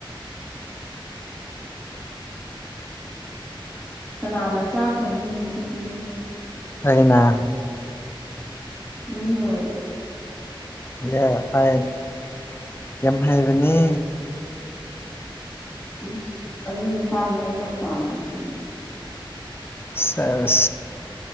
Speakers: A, in the centre; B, on the left (about 25°).
A: ꯀꯅꯥꯅ ꯆꯥꯛ ꯊꯣꯡꯉꯤ ꯉꯁꯤꯗꯤ
B: ꯑꯩꯅ
A: ꯅꯪꯕꯣ
B: <unintelligible> ꯌꯥꯝ ꯍꯩꯕꯅꯤ
A: ꯑ꯭ꯁ ꯑꯗꯨ ꯅꯨꯄꯥꯅꯦ ꯑꯩꯅ ꯄꯥꯝꯕꯅꯤꯗꯤ <unintelligible>
B: ꯁꯦꯖ